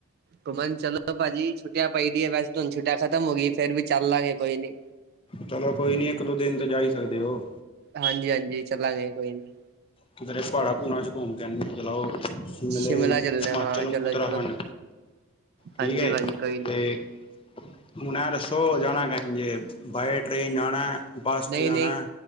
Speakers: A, on the right (about 45°); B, on the left (about 25°).
A: ਘੁੰਮਨ ਚਲੋ ਭਾਜੀ ਛੁੱਟੀਆਂ ਪਈ ਦੀ ਹੈ। ਵੈਸੇੂੰ ਛੁੱਟੀਆਂ ਖਤਮ ਹੋ ਗਈ ਫਿਰ ਵੀ ਚੱਲ ਲਾਂਗੇ ਕੋਈ ਨ ਨਹੀਂ।
B: ਚਲੋ ਕੋਈ ਨੀ ਇੱਕ ਦੋ ਦਿਨ ਤੇ ਜਾਈ ਸਕਦੇ ਹੋ।
A: ਹਾਂਜੀ ਹਾਂਜੀ ਚੱਲਾਗੇ ਕੋਈ ਨੀ।
B: ਪੁਹਾੜਾ ਭੂਣਾ ਚ ਘੂਮ ਕਹਿੰਦੇ ਮਤਲਬ ਉਹ। ਸ਼ਿਮਲੇ
A: ਸ਼ਿਮਲਾ
B: ਹਿਮਾਚਲ
A: ਚੱਲਣਾ ਹਾਂ ਚਲੋ
B: ਉੱਤਰਾਖੰਡ
A: ਚਲੋ
B: ਠੀਕ
A: ਹਾਂਜੀ
B: ਹੈ।
A: ਭਾਜੀ ਕੋਈ ਨੀ
B: ਹੁਣ ਇਹ ਦੱਸੋ ਜਾਣਾ ਕ ਜੇ ਬਏ ਟ੍ਰੇਨ ਜਾਣਾ ਬੱਸ
A: ਨਹੀਂ
B: ਚ ਜਾਣਾ
A: ਨਹੀਂ